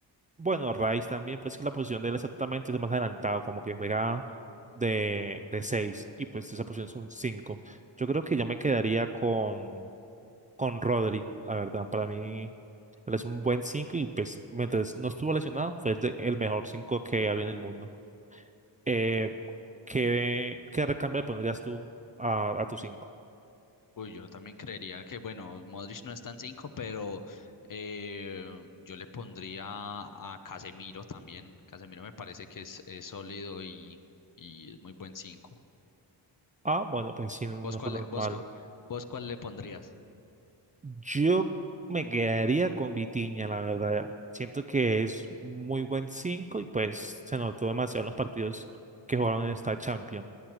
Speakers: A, on the right; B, on the left.
A: bueno, Rice también, pues que la posición de él exactamente es más adelantado, como que juega de, de 6 y pues esa posición es un cinco Yo creo que yo me quedaría con, con Rodri, la verdad. Para mí, él es un buen 5 y pues mientras no estuvo lesionado, fue el, de- el mejor 5 que había en el mundo. Eh, ¿qué, qué recambio le pondrías tú a, a tu cinco
B: Uy, yo también creería que, bueno, Modric no está en 5, pero eh, yo le pondría a Casemiro también. Casemiro me parece que es, es sólido y, y es muy buen 5.
A: Ah, bueno, pues sí, no,
B: ¿Vos
A: no está
B: cuál,
A: tan
B: le- vos,
A: mal.
B: cu- vos cuál le pondrías?
A: Yo me quedaría con Vitiña, la verdad. Siento que es muy buen 5 y pues se notó demasiado en los partidos que jugaron en esta Champions.